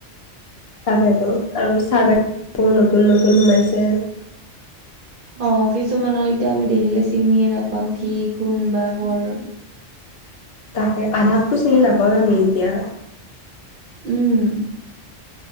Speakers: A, on the left (about 60°); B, on the right (about 60°).
A: তাকেতো আৰু চাৰ বাইদেউবোৰো নতুন নতুন সোমাইছে
B: অ কিছুমানক এতিয়া আমি দেখিলে চিনিয়ে নাপাওঁ কি কোন বা কৰ
A: তাকে আধাকতো চিনি নাপাওয়ে আমি এতিয়া
B: উম